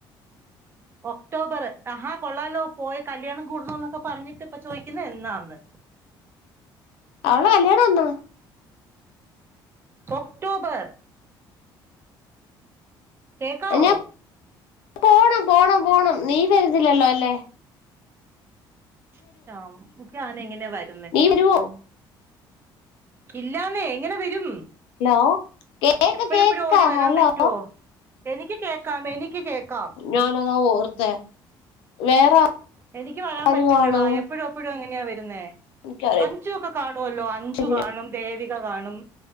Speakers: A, on the right; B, on the left.
A: ഒക്ടോബർ അ. ഹാ. കൊള്ളാല്ലോ പോയ കല്യാണം കൂടണന്നൊക്കെ പറഞ്ഞിട്ട് ഇപ്പ ചോദിക്കുന്നെ എന്നാന്ന്..
B: അവളെ. കല്യാണന്ന..
A: ഒക്ടോബർ.. കേക്കവോ..
B: ഞാൻ പോണം പോണം പോണം നീ വരുന്നില്ലല്ലോ അല്ലെ..
A: ശ്യാം. ക്കെ ആാനങ്ങനെ വര്..
B: നീ വരുവോ..
A: ഇല്ലാന്നേ എങ്ങനെ വരും
B: ഹലോ കേക്ക
A: എപ്പഴെപ്പഴും
B: കേക്ക
A: ഓടി വരാൻ
B: ഹലോ
A: പറ്റൊ.. എനിക്ക് കേക്കാം. എനിക്ക് കേക്കാം..
B: ഞാന അതാ ഓർത്തെ.. വേറെ
A: എനിക്ക് വരാൻ
B: ആര്
A: പറ്റില്ലടാ
B: കാണും
A: എപ്പോഴും എപ്പോ.. എപ്പോഴും എങ്ങനെയാ വരുന്നേ
B: എനിക്കറിയ
A: അഞ്ചുക്കെ കാണുവല്ലോ അഞ്ചു
B: ശരിയാ
A: കാണും ദേവിക കാണും..